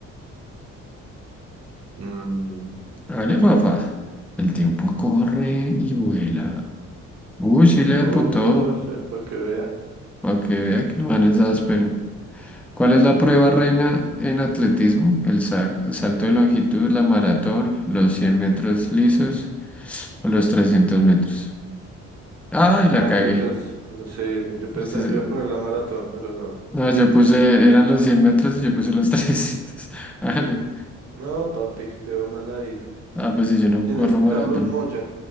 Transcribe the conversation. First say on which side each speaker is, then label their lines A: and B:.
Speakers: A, on the right (about 55°); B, in the centre.
A: Mm,
B: Hágale, fafa. El tiempo corre y vuela. Uy, sí le
A: Oh,
B: apuntó.
A: parce, para que vea.
B: Para que vea que el man es áspero. ¿Cuál es la prueba reina en atletismo? El, sal- el salto de longitud, la maratón, los 100 metros lisos o los 300 metros. ¡Ay, la
A: Ah,
B: cagué!
A: creo que es, sí yo pensaba,
B: Entonces,
A: yo iba a poner la maratón, pero no.
B: No, yo puse, eran los 100 metros y yo puse los 300. <laughs> Vale.
A: No, papi, te veo mal ahí.
B: Ah, pues si yo no
A: ¿Quién
B: corro
A: es Carlos
B: maratón.
A: Moya?